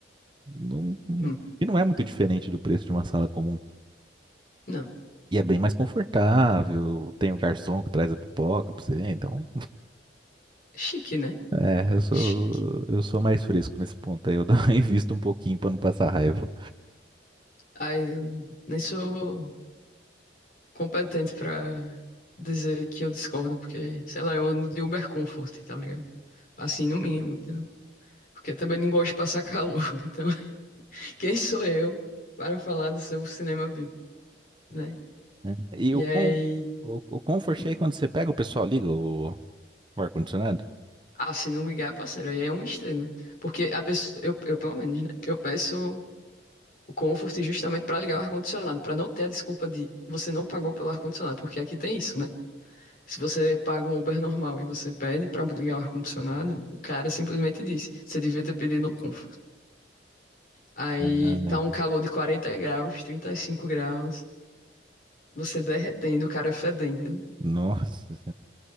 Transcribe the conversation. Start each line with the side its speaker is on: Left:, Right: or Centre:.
Right: Não, não-
Left: hum,
Right: e não é muito diferente do preço de uma sala comum.
Left: não.
Right: E é bem mais confortável, tem o garçom que traz a pipoca pra você, então.
Left: Chique, né?
Right: É, eu sou,
Left: Chique.
Right: eu sou mais fresco nesse ponto aí, eu dou- <laughs> invisto um pouquinho pra não passar raiva.
Left: Aí, eu nem sou competente pra dizer que eu discordo, porque, sei lá, eu ando de Uber Comfort, tá ligado? Assim, no mínimo, entendeu? Porque eu também não gosto de passar calor. <laughs> Então, quem sou eu para falar do seu cinema VIP, né?
Right: né? E
Left: E
Right: o,
Left: aí.
Right: com, o, o comfort
Left: hum?
Right: é quando você pega, o pessoal liga o, o ar-condicionado?
Left: Ah, se não ligar, parceiro, aí é um estrela. né? Porque a pessoa. Eu, eu, pelo menos, né? Eu peço o Comfort justamente pra ligar o ar-condicionado, pra não ter a desculpa de você não pagou pelo ar-condicionado, porque aqui tem isso, né? Se você paga um Uber normal e você pede pra ligar o ar-condicionado, o cara simplesmente diz, você devia ter pedido um Comfort. Aí
Right: Ah,
Left: tá um calor de 40 graus, 35 graus, você derretendo, o cara fedendo.
Right: nossa,